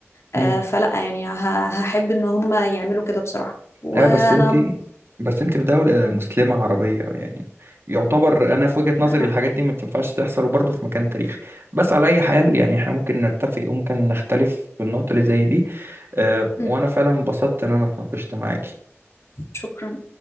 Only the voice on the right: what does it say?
امم
اه بس انت بس انت في دولة مسلمة عربية يعني يعتبر انا في وجهة نظري
الحاجات دي ما تنفعش تحصل وبرضه في مكان تاريخي بس على اي حال يعني احنا ممكن نتفق وممكن نختلف في النقطة اللي زي دي آه،
وانا فعلا انبسطت ان انا اتناقشت معاكي